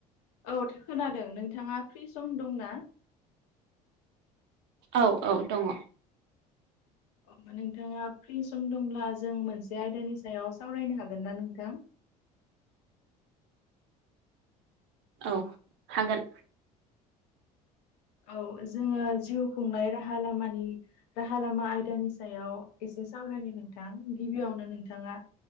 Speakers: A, on the left; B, on the right.
A: औ खोनादों नोंथाङा फ्रि सम दंना?
B: औ औ दङ
A: अ' नोंथाङा फ्रि सम दंब्ला जों मोनसे आयदानि सायाव सावरायनो हागोन ना नोंथां?
B: औ हागोन।
A: औ जोङो जिउ खुंनाय राहा लामानि राहा लामा आयदानि सायाव एसे सावरायनि नोंथां गिबियावनो नोंथाङा